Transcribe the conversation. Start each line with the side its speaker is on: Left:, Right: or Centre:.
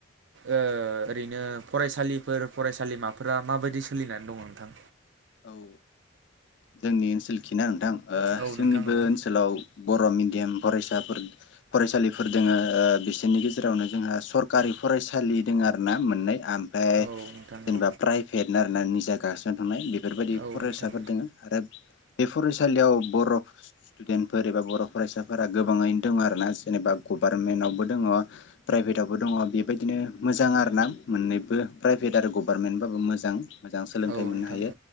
Right: ओ ओरैनो फरायसालिफोर फरायसालिमाफोरा माबायदि सोलिनानै दङ नोंथां
Left: औ ओ जोंनि ओनसोलखिना नोंथां ओ
Right: औ
Left: जोंनि
Right: नोंथां
Left: बे
Right: औ
Left: ओनसोलाव बर' मिन्द दियाम फरायसाफोर फरायसालिफोर दोङो ओ बिसोरनि गेजेरावनो जोंहा सरकारि फरायसालि दोङो आरो ना मोननै आमफाय
Right: औ
Left: जेनेबा
Right: नोंथां औ
Left: प्राइपेटनो आर ना नि जा गास्रानो थांनाय बेफोरबायदि
Right: औ
Left: फरायसाफोर
Right: नोंथां
Left: दङो आरो बे फरायसालियाव बर' डेनफोर एबा बर' फरायसाफोरा गोबाङैनो दङ आरो ना जेनेबा गभार्नमेन्टावबो दङ प्राइभेटावबो दङ बेबायदिनो मोजां आरो ना मोननैबो प्राइभेट आरो गभार्नमेन्टबाबो मोजां मोजां सोलोंथाइ
Right: औ
Left: मोननो
Right: नोंथां
Left: हायो